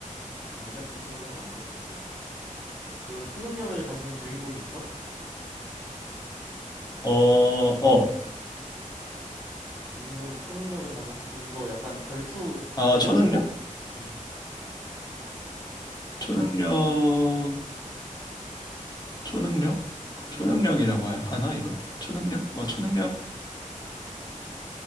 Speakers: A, in the centre; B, on the left.
A: 원작 기준은 완결됐고. 이거 초능력을 가진 주인공이 있어?
B: 어, 어,
A: 주인공이 초능력을 가졌고. 그럼 이거 약간 결투
B: 아
A: 대전물,
B: 초능력?
A: 응,
B: 초능력, 초능력, 초능력이라고
A: 응.
B: 하나 이걸? 초능력? 어 초능력,